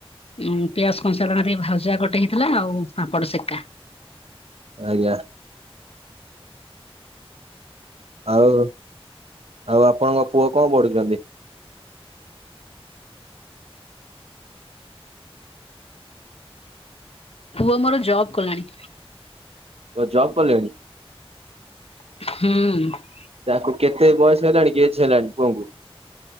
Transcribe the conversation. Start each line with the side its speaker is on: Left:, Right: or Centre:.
Left: ଉଁ ପିଆଜ କଞ୍ଚାଲଙ୍କା ଟିକେ ଭାଉଜୁଆ ଗଟେ ହେଇଥିଲା ଆଉ ପାମ୍ପଡ଼ ସେକା।
Right: ଆଜ୍ଞା। ଆଉ, ଆଉ ଆପଣଙ୍କ ପୁଅ କଣ ପଢୁଛନ୍ତି?
Left: ପୁଅ ମୋର ଜବ୍ କଲାଣି।
Right: ଓ ଜବ୍ କଲେଣି!
Left: ହୁଁ।
Right: ତାକୁ କେତେ ବୟସ ହେଲାଣି କି ଏଜ୍ ହେଲାଣି ପୁଅଙ୍କୁ?